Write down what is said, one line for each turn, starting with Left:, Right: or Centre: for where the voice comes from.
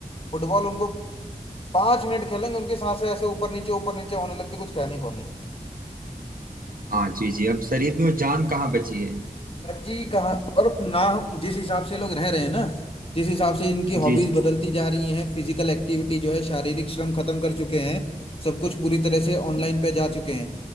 Left: फुटबॉल उनको पांच मिनट खेलेंगे उनकी सांसें ऐसे ऊपर नीचे ऊपर नीचे होने लगती कुछ कहने को नहीं
Right: हाँ जी जी अब शरीर में वो जान कहाँ बची है
Left: बच्ची कहाँ और ना जिस हिसाब से लोग रह रहे हैं ना जिस हिसाब से इनकी
Right: जी
Left: हॉबीज
Right: जी
Left: बदलती जा रही हैं फिजिकल एक्टिविटी जो है शारीरिक श्रम खत्म कर चुके हैं सब कुछ पूरी तरह से ऑनलाइन पे जा चुके हैं